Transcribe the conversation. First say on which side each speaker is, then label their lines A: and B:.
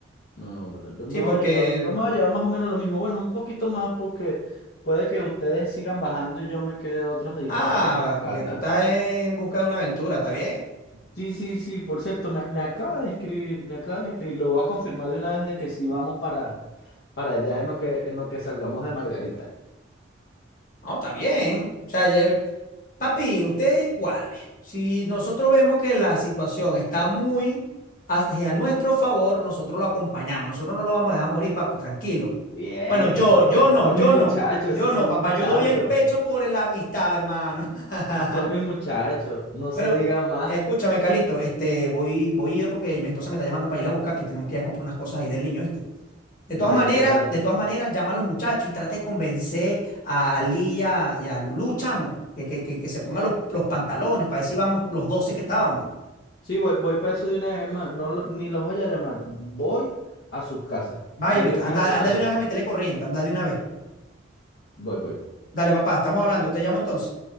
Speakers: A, on the left (about 60°); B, on the left (about 45°).
A: No, bueno, yo me
B: Sí,
A: voy
B: porque,
A: a llevar, yo me voy a llevar más o menos lo mismo. Bueno, un poquito más porque puede que ustedes sigan bajando y yo me quede otros días
B: ah,
A: por allá en Cata.
B: porque tú estás en busca de una aventura, está bien.
A: Sí, sí, sí, por cierto, me, me acaba de escribir, me acaba de escribir, lo voy a confirmar de una vez de que sí vamos para, para allá en lo que, en lo que salgamos de Margarita.
B: No, está bien. O sea, ya- papi, usted cuadre. Si nosotros vemos que la situación está muy hacia nuestro favor, nosotros lo acompañamos. Nosotros no lo vamos a dejar morir, papi, tranquilo.
A: Bien,
B: Bueno, yo,
A: esos son,
B: yo
A: esos
B: no,
A: son
B: yo
A: mis muchachos,
B: no, yo
A: esos
B: no,
A: son
B: papá,
A: mis muchachos,
B: yo doy el pecho por la amistad, hermano. <laughs>
A: esos son mis muchachos, no
B: Bueno,
A: se diga más.
B: escúchame, Calito, este, voy, voy yo porque mi esposa me está llamando para ir a buscar, que tenemos que ir a comprar unas cosas ahí del niño, ¿viste? De
A: Dale,
B: todas maneras,
A: pues, dale,
B: de
A: pues.
B: todas maneras, llama a los muchachos y trata de convencer a Lía y a y a Lulú, chamo, que, que, que, que se pongan los, los pantalones para ver si vamos los 12 que estábamos.
A: Sí, voy, voy para eso de una vez, hermano, no lo- ni los voy a llamar, voy a su casa,
B: Vaya
A: voy
B: ahorita,
A: de una
B: anda,
A: vez a su
B: anda
A: casa,
B: de una vez a meterle corriente, anda de una vez.
A: voy, voy.
B: Dale, papá, estamos hablando, te llamo entonces.